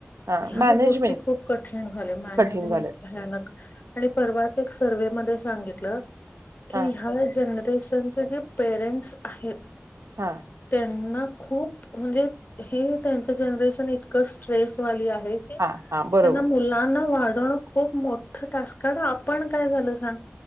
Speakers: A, on the right; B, on the left.
A: हां.
B: ह्या
A: मॅनेजमेंट
B: गोष्टी खूप कठीण झाल्या मॅनेजमेंट.
A: कठीण झालंय.
B: भयानक आणि परवाच एक सर्वेहे मध्ये सांगितलं. की,
A: हां,
B: ह्या जनरेशनचे जे पेरेंट्स आहेत.
A: हा.
B: त्यांना खूप म्हणजे हे त्यांचं जनरेशन इतकं स्ट्रेसवाली आहे. हे
A: हां, हां. बरोबर.
B: त्यांना मु'' '' मुलांना वाढवणे खप मोठ टस् आपण काय झालं सग